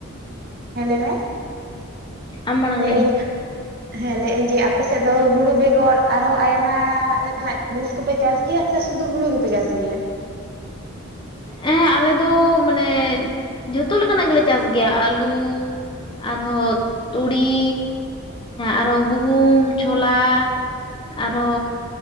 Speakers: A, on the right; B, on the left.
A: ᱦᱮᱸ ᱞᱟᱹᱭ ᱢᱮ
B: ᱟᱢ ᱢᱟᱲᱟᱝ
A: ᱞᱟᱹᱭ ᱮᱜ
B: ᱢᱮ
A: ᱤᱧ ᱦᱮᱸ ᱞᱟᱹᱭ ᱮᱜ ᱟᱹᱧ ᱡᱮ ᱟᱯᱮ ᱥᱮᱫ ᱫᱚ ᱦᱩᱲᱩ ᱵᱮᱜᱚᱨ ᱟᱨᱦᱚᱸ ᱟᱭᱢᱟ ᱞᱮᱠᱟᱱᱟᱜ ᱡᱤᱱᱤᱥ ᱠᱚᱯᱮ ᱪᱟᱥ ᱜᱮᱭᱟ ᱥᱮ ᱥᱩᱫᱩ ᱦᱩᱲᱩ ᱜᱮᱯᱮ ᱪᱟᱥ ᱜᱮᱭᱟ
B: ᱦᱮᱸ ᱟᱞᱮ ᱫᱚ ᱢᱟᱱᱮ ᱡᱷᱚᱛᱚ ᱞᱮᱠᱟᱱᱟᱜ ᱜᱮᱞᱮ ᱪᱟᱥ ᱜᱮᱭᱟ ᱟᱹᱞᱩ ᱟᱨᱦᱚᱸ ᱛᱩᱲᱤ ᱟᱨᱦᱚᱸ ᱜᱩᱦᱩᱢ, ᱪᱷᱳᱞᱟ ᱟᱨᱚ